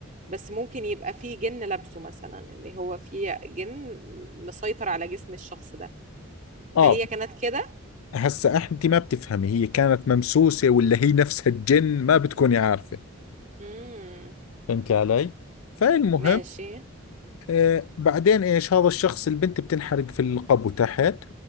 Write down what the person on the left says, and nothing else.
آه
هسا أنت ما بتفهمي هي كانت ممسوسة ولا هي نفسها الجن ما بتكوني عارفة
فهمتي علي؟ فالمهم
آه بعدين ايش هذا الشخص البنت بتنحرق في القبو تحت